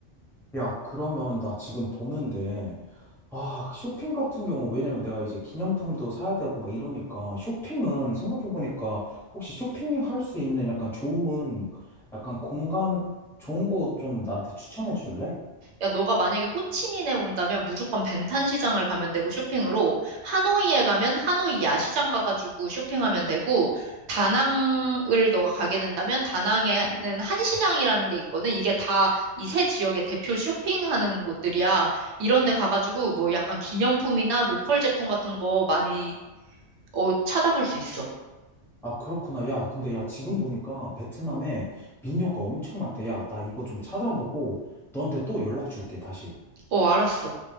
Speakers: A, in the centre; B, on the right.
A: 야, 그러면 나 지금 보는데, 아, 쇼핑 같은 경우, 왜냐면 내가 이제 기념품도 사야 되고 막 이러니까, 쇼핑은 생각해보니까, 혹시 쇼핑할 수 있는 약간 좋은, 약간 공간, 좋은 곳 좀 나한테 추천해 줄래?
B: 야, 너가 만약에 호치민에 온다면 무조건 벤탄 시장을 가면 되고 쇼핑으로, 하노이에 가면 하노이 야시장 가가지고 쇼핑하면 되고, 다낭을 너가 가게 된다면 다낭에는 한시장이라는 게 있거든. 이게 다 이세 지역의 대표 쇼핑하는 곳들이야. 이런 데 가가지고 뭐 약간 기념품이나 로컬 제품 같은 거 많이 어, 찾아볼 수 있어.
A: 아, 그렇구나. 야, 근데 야, 지금 보니까 베트남에 미녀가 엄청 많대. 야, 나 이거 좀 찾아보고, 너한테 또 연락 줄게, 다시.
B: 어, 알았어.